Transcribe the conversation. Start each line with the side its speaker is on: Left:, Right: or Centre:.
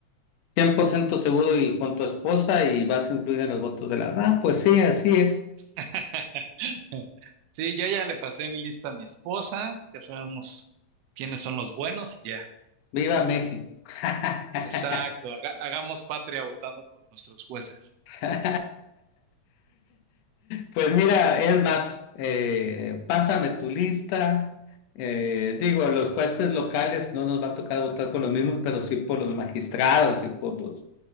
Left: 100% seguro y con tu esposa y vas a influir en los votos de la... Ah, pues sí, así es.
Right: <laughs> Sí, yo ya le pasé mi lista a mi esposa, ya sabemos quiénes son los buenos y ya.
Left: Viva México. <laughs>
Right: Exacto, haga- hagamos patria votando por nuestros jueces.
Left: <laughs> Pues mira, es más, eh, pásame tu lista. Eh, digo, los jueces locales no nos va a tocar votar por los mismos, pero sí por los magistrados y por los,